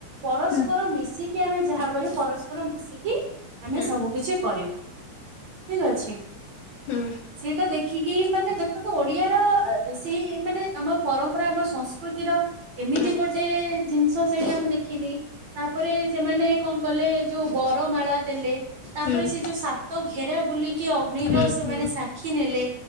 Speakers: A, on the right; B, on the left.
A: ପରସ୍ପର
B: ହୁଁ
A: ମିଶିକି। କି ଆମେ ଯାହା କରିବା ପରସ୍ପର ମିଶିକି। ଆମେ
B: ହୁଁ
A: ସବୁ କିଛି କରିବୁ ଠିକ ଅଛି।
B: ହୁଁ
A: ସେଟା ଦେଖିକି ମାନେ ଦେଖନ୍ତୁ ଓଡିଆର ସେଇ ମାନେ ଆମ ପରମ୍ପରା ଆମ ସଂସ୍କୃତିର। ଏମିତି
B: ହୁଁ
A: ଗୋଟେ ଜିନିଷ ସେଇଟା ମୁଁ ଦେଖିଲି। ତାପରେ ସେମାନେ କଣ କଲେ ଯୋଉ ବରମାଳା ଦେଲେ। ତାପରେ
B: ହୁଁ
A: ସେ ଯୋଉ ସାତ ଘେରା ବୁଲିକି ଅଗ୍ନିର
B: ହୁଁ
A: ସେମାନେ
B: ହୁଁ
A: ସାକ୍ଷୀ ନେଲେ